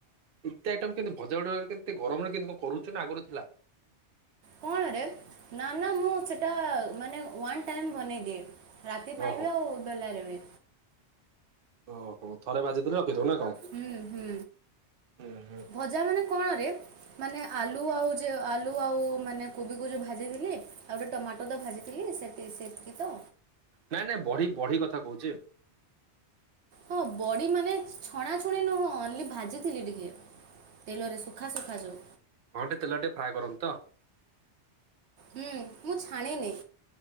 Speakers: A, on the right; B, on the right.
A: ଏତେ ଆଇଟମ କେମିତି ଭଜା ଉଡ କେତେ ଗରମରେ କେ କଣ କରୁଛି ନା ଆଗରୁ ଥିଲା?
B: କଣରେ ନା ନା ମୁଁ ସେଟା ମାନେ ୱାନ୍ ଟାଇମ ବନେଇଦିଏ। ରାତି ପାଇଁ
A: ଓହୋ
B: ବି ଆଉ ବେଲାରେ ବି
A: ଓହୋ ଥରେ ଭାଜିଦେଲୁ ରଖିଥଉ ନା କଣ?
B: ହୁଁ ହୁଁ
A: ହୁଁ ହୁଁ
B: ଭଜା ମାନେ କଣରେ? ମାନେ ଆଲୁ ଆଉ ଯେ ଆଲୁ ଆଉ ମାନେ କୋବିକୁ ଯେଉଁ ଭାଜିଥିଲି ଆଉ ଗୋଟେ ଟମାଟୋଟ ଭାଜିଥିଲି ସେତି- ସେତକି ତ?
A: ନାଇଁ ନାଇଁ ବଢି ବଢି କଥା କହୁଛି।
B: ହଁ ବଡ଼ି ମାନେ ଛଣାଛୁଣି ନୁହଁ ଓନଲି ଭାଜିଥିଲି ଟିକେ ତେଲରେ ଶୁଖା ଶୁଖା ଯୋଉ
A: ହଁଟେ ତେଲ ରେ ଟିକେ ଫ୍ରାଏ କରନ୍ତି ତ?
B: ହୁଁ ମୁଁ ଛାଣିନି।